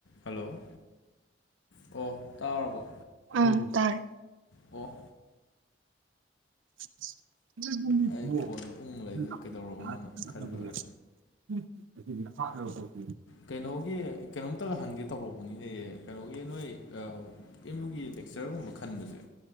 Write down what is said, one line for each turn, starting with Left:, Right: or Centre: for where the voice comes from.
Left: hello ꯑꯣ ꯇꯥꯔꯕꯣ
Right: ꯑꯥ ꯇꯥꯔꯦ
Left: ꯑꯣ
Right: <inaudible>
Left: ꯑꯩ ꯐꯣꯟꯗ ꯎꯪ ꯂꯩꯗꯨꯗ ꯀꯩꯗꯧꯔꯕꯅꯣꯅ
Right: <inaudible>
Left: ꯈꯜꯂꯨꯔꯦ ꯀꯩꯅꯣꯒꯤ ꯀꯩꯅꯣꯝꯇꯒ ꯍꯪꯒꯦ ꯇꯧꯔꯛꯄꯅꯤꯅꯦ ꯀꯩꯅꯣꯒꯤ ꯅꯣꯏ ꯑꯥ ꯑꯦꯝ ꯌꯨꯒꯤ ꯂꯦꯛꯆꯔꯒꯨꯝꯕ ꯈꯟꯕꯁꯦ